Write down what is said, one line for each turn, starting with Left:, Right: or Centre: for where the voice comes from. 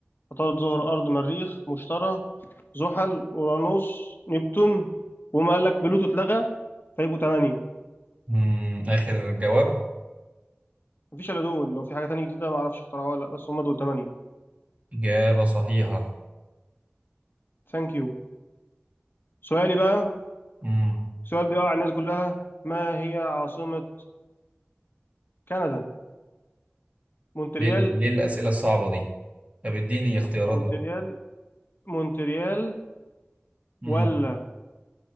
Left: عطارد زهر أرض مريخ مشتري زحل أورانوس نبتون وما قال لك بلوتو اتلغى فيبقوا تمانية
Right: مم. آخر جواب
Left: مفيش إلا دول لو في حاجة تانية جديدة معرفش اخترعوها ولا لأ بس هم دول تمانية
Right: إجابة صحيحة
Left: ثانك يو سؤالي بقى
Right: مم.
Left: سؤال بيقع على الناس كلها ما هي عاصمة كندا مونتريال
Right: ليه ليه الأسئلة الصعبة دي؟ طب اديني اختيارات
Left: مونتريال
Right: بقى
Left: مونتريال
Right: مم.
Left: ولا